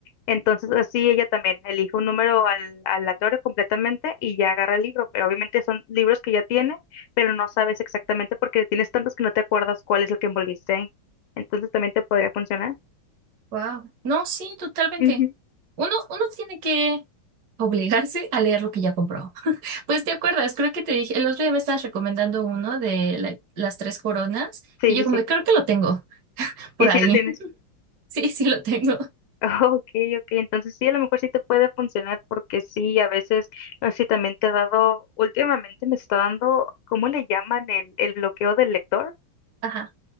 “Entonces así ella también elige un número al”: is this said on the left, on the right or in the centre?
Left